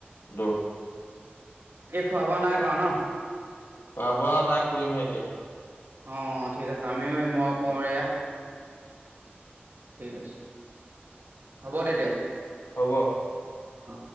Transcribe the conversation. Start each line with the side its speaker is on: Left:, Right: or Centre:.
Left: দৌৰ।
Right: খোৱা-বোৱা নাই কৰা ন?
Left: খোৱা বোৱা নাই, কৰিমহে এতিয়া।
Right: অ অ ঠিক আছে, আমিও এ মই কওঁ এয়া। ঠিক আছে। হ'ব তেতিয়া।
Left: হ'ব।
Right: অ।